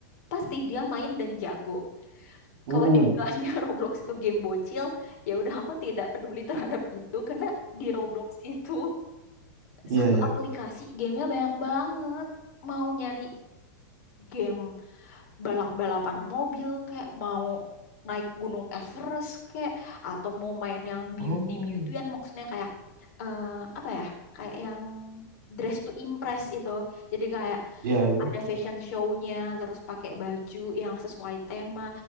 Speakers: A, on the left; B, on the right.
A: Pasti dia main dan jago.
B: Mm-mm.
A: Kalau dibilangnya <laughs> Roblox itu game bocil, ya udah aku tidak peduli terhadap itu karena di Roblox itu
B: Iya,
A: satu
B: iya.
A: aplikasi gamenya banyak banget mau nyari game balap-balapan mobil kayak mau naik gunung Everest kayak atau mau main yang beauty
B: Oh.
A: beautyan maksudnya kayak eh, apa ya kayak yang dress to impress itu jadi kayak
B: Iya, iya.
A: ada fashion show-nya terus pakai baju yang sesuai tema